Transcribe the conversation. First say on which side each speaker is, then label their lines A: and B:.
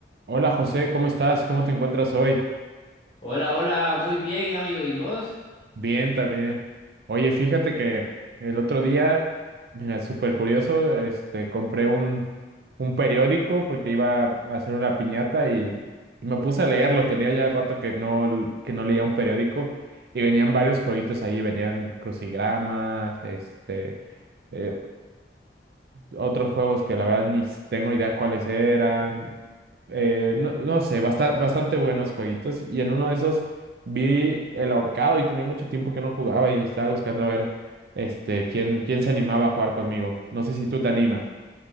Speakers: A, on the right (about 60°); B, on the left (about 35°).
A: Hola José, ¿cómo estás? ¿Cómo te encuentras hoy?
B: Hola, hola, muy bien, amigo. ¿Y vos?
A: Bien también. Oye, fíjate que el otro día, mira, súper curioso, este, compré un, un periódico porque iba a hacer una piñata y, y me puse a leerlo. Tenía ya rato que no, l- que no leía un periódico y venían varios jueguitos ahí, venían crucigramas, este, eh, otros juegos que la verdad ni s- tengo idea cuáles eran. Eh, no, no sé, basta- bastante buenos jueguitos. Y en uno de esos vi El Ahorcado y tenía mucho tiempo que no jugaba y estaba buscando a ver este, quién, quién se animaba a jugar conmigo. No sé si tú te animas.